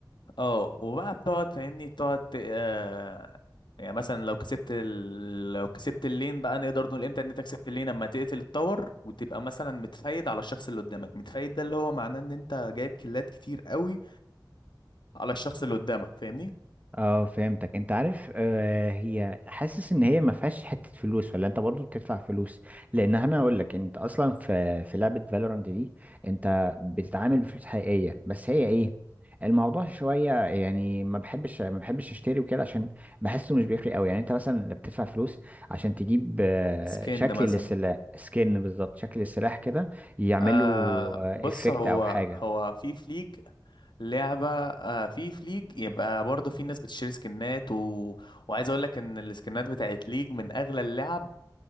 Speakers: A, on the left; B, on the right.
A: اه وبقى بتقعد فاهمني تقعد ت- آه يعني مثلا لو كسبت ال... لو كسبت اللين بقى نقدر نقول امتى ان انت كسبت اللين اما تقتل التور وتبقى مثلا متفايد على الشخص اللي قدامك متفايد ده اللي هو معناه ان انت جايب كيلات كتير قوي على الشخص اللي قدامك فاهمني
B: اه فهمتك انت عارف آه هي حاسس ان هي ما فيهاش حته فلوس ولا انت برضو بتدفع فلوس لان انا اقول لك انت اصلا في في لعبه فالورانت دي انت بتتعامل بفلوس حقيقيه بس هي ايه الموضوع شويه يعني ما بحبش ما بحبش اشتري وكده عشان بحسه مش بيفرق قوي يعني انت مثلا لما بتدفع فلوس عشان تجيب آه،
A: سكن
B: شكل
A: مثلا
B: للسلاح سكن بالظبط شكل السلاح كده يعملوا
A: آه بص
B: افكت
A: هو
B: او حاجه
A: هو في فليج لعبة آه في فليج يبقى برضه في ناس بتشتري سكنات و... وعايز اقول لك ان السكنات بتاعت ليج من اغلى اللعب